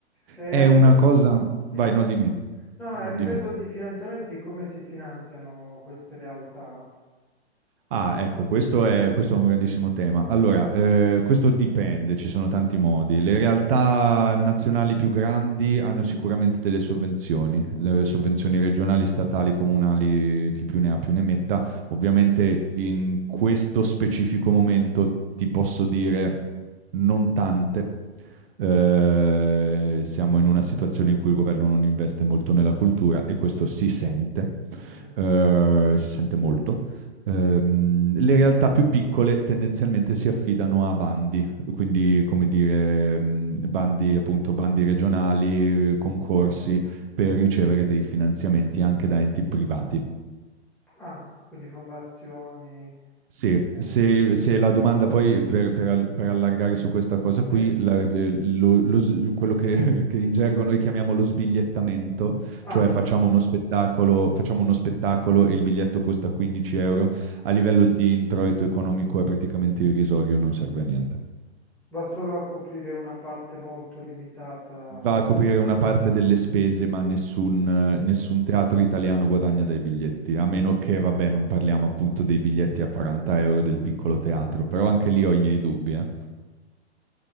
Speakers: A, in the centre; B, on the right.
A: E
B: È
A: a livello...
B: una cosa...
A: Dimmi.
B: Vai, no, dimmi.
A: No,
B: No,
A: a
B: no,
A: livello
B: dimmi.
A: di finanziamenti, come si finanziano queste realtà?
B: Ah, ecco, questo è, questo è un grandissimo tema. Allora, eh, questo dipende, ci sono tanti modi. Le realtà nazionali più grandi hanno sicuramente delle sovvenzioni, le sovvenzioni
A: Ok.
B: regionali, statali, comunali, chi più ne ha più ne metta.
A: Mhm.
B: Ovviamente in questo specifico momento ti posso dire non tante. Eh, siamo in una situazione in cui il governo non investe molto nella cultura e questo si sente
A: Mm.
B: eh, si sente molto. Ehm, le realtà più piccole tendenzialmente si affidano a bandi, quindi come dire, mh, bandi appunto, bandi regionali, concorsi per ricevere dei finanziamenti anche da enti privati.
A: Ah, quindi fondazioni.
B: Sì,
A: eh,
B: se, se la domanda poi per, per al- per allargare su questa cosa qui,
A: sì?
B: la- eh, lo- lo s- quello che, <laughs> che in gergo noi chiamiamo lo sbigliettamento,
A: Ah,
B: cioè facciamo
A: giusto.
B: uno spettacolo, facciamo uno spettacolo e il biglietto costa 15 euro, a livello di introito economico è praticamente irrisorio, non serve a niente.
A: Va solo a coprire una parte molto limitata.
B: Va a coprire una parte delle spese, ma nessun,
A: Ok.
B: eh, nessun teatro italiano guadagna dai biglietti, a meno che, vabbè, non parliamo appunto dei biglietti a 40 euro del piccolo teatro, però anche lì ho i miei dubbi, eh.